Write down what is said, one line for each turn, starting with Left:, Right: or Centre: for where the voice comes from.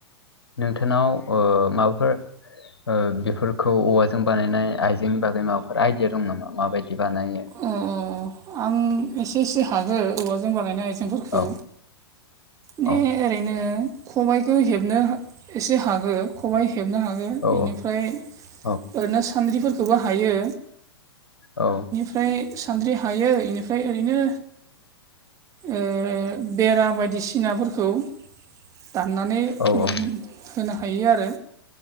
Left: नोंथांनाव ओ माबाफोर ओ बेफोर खौ औवाजों बानायनाय आइजेंनि बागै माबाफोर आइदिया दं नामा माबायदि बानायो?
Right: अ अ अ आं एसे एसे हागो औवाजों बानायनाय आइजेंफोरखौ।
Left: औ
Right: ने
Left: औ
Right: ओरैनो खबाइखौ हेबनो एसे हागो खबाइ हेबनो हागो
Left: औ
Right: बेनिफ्राय
Left: औ
Right: ओरैनो सान्द्रिफोरखौबो हायो
Left: औ
Right: ओमफ्राय सानद्रि हायो इनिफ्राय ओरैनो ओ बेरा बायदिसिनाफोरखौ दाननानै
Left: औ औ
Right: होनो हायो आरो